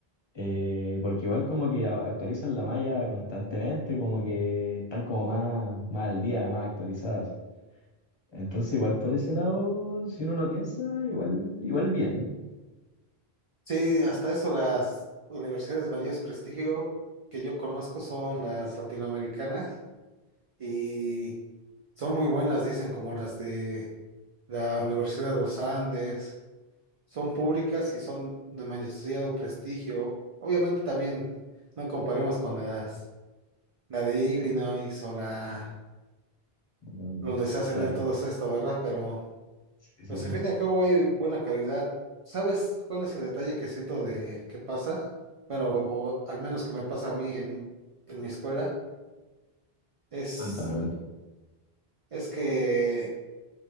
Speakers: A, on the left; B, on the right.
A: eh, porque igual como que a- actualizan la malla constantemente, como que están como más, más al día, más actualizadas. Entonces igual por ese lado, si uno lo piensa, igual, igual bien.
B: Sí, hasta eso las universidades mayores prestigio que yo conozco son las latinoamericanas y son muy buenas, dicen, como las de la Universidad de los Andes son públicas y son de demasiado prestigio. Obviamente también no comparemos con las, la de Illinois o la,
A: Mm,
B: donde se hacen
A: Claro.
B: todo esto, ¿verdad? Pero,
A: Sí,
B: pues
A: sí, sí.
B: al fin y al cabo hay buena calidad. ¿Sabes cuál es el detalle que siento de que pasa? Bueno, o, o al menos que me pasa a mí en, en mi escuela, es,
A: Cuéntame,
B: es que